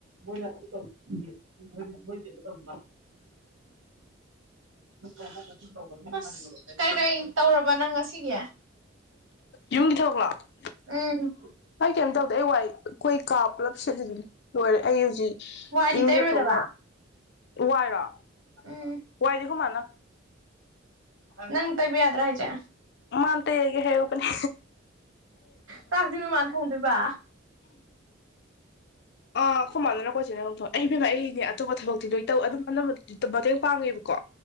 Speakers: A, on the right; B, on the left.
A: ꯃꯣꯏꯅ ꯑꯗꯨ ꯇꯧꯔꯤ ꯈꯨꯗꯤꯡꯒꯤ ꯃꯣꯏꯗꯤ ꯀꯩꯅꯦ <inaudible> ꯑꯁ ꯀꯩ - ꯀꯩ ꯇꯧꯔꯕꯥ ꯅꯡ ꯉꯁꯤꯒꯤ
B: ꯌꯨꯝꯒꯤ ꯊꯕꯛꯂꯣ
A: ꯎꯝ
B: ꯑꯩ ꯀꯩꯝ ꯇꯧꯗꯦ ꯑꯩ ꯋꯥꯏ ꯈꯣꯏ ꯀꯥ ꯄꯨꯂꯞ ꯁꯤꯠꯂꯤꯗꯨꯅꯤ ꯂꯣꯏꯔꯦ ꯑꯩ ꯍꯧꯖꯤꯛ
A: ꯋꯥꯏꯗꯤ
B: ꯏꯔꯨꯖꯊꯣꯛ
A: ꯇꯩꯔꯣꯏꯗꯕ
B: ꯑꯒ ꯋꯥꯏꯔꯣ
A: ꯎꯝ
B: ꯋꯥꯏ ꯗꯤ ꯈꯣꯏꯃꯅꯥ
A: ꯅꯪ ꯇꯩꯕꯥ ꯌꯥꯗ꯭ꯔꯥ ꯍꯥꯏꯁꯦ
B: ꯃꯥꯅ ꯇꯩꯔꯒꯦ ꯍꯥꯏꯍꯧꯕꯅꯦ
A: ꯆꯥꯛꯁꯨ ꯅꯣꯏ ꯃꯅꯥ ꯊꯣꯡꯗꯨꯏꯕ
B: ꯑꯥ ꯈꯨꯣꯏꯃꯥꯟꯅꯥꯔ ꯈꯣꯏꯆꯦꯅꯥꯔ ꯊꯣꯡ ꯑꯩ ꯏꯕꯦꯝꯃꯥ ꯑꯩꯅꯦ ꯑꯇꯣꯞꯄ ꯊꯕꯛꯇꯤ ꯂꯣꯏ ꯇꯧ ꯑꯗꯨꯝ ꯑꯅꯝꯕꯗꯤ ꯃꯇꯦꯡ ꯄꯥꯡꯉꯦꯕꯀꯣ